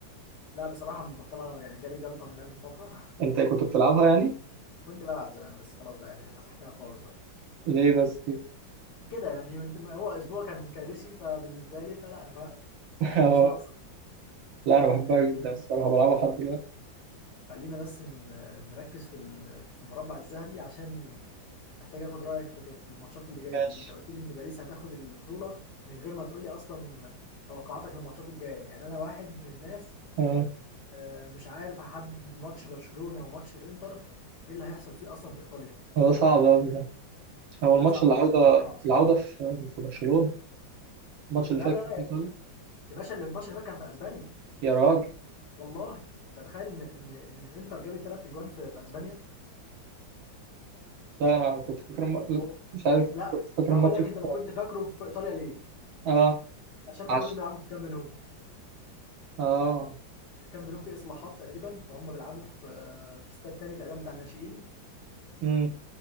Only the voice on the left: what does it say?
لا بصراحة مبطلة يعني جالي جلطة منها من فترة
<laughs> كنت بلعب زمان بس خلاص بقى يعني مسحتها خالص بقى
كده يعني من- هو أسبوع كان كارثي فبالنسبة لي فلا فمش
ناقصي
آمم،
خلينا بس ن- نركز في ال- في المربع الذهبي عشان محتاج اخد رأيك في في الماتشات اللي جاية
دي انت قلت لي ان باريس هتاخد البطولة من غير ما تقول لي اصلا توقعاتك للماتشات الجاية يعني انا واحد من الناس
آه، مش عارف هحدد ماتش برشلونة وماتش الانتر ايه اللي هيحصل فيه اصلا في ايطاليا
بقى
صعب
انك تتوقع صح؟
لا
لا
لا
يا
باشا يا باشا اللي الماتش اللي فات كان في اسبانيا
والله انت تتخيل ان ان ان انتر جابت ثلاث اجوان في في اسبانيا
فهو
لا
هقول
لك
انت ما كنت فاكره في ايطاليا ليه؟
عشان ما
كانوش بيلعبوا في الكامب نو
الكامب نو فيه اصلاحات تقريبا فهم بيلعبوا في في استاد تاني تقريبا بتاع الناشئين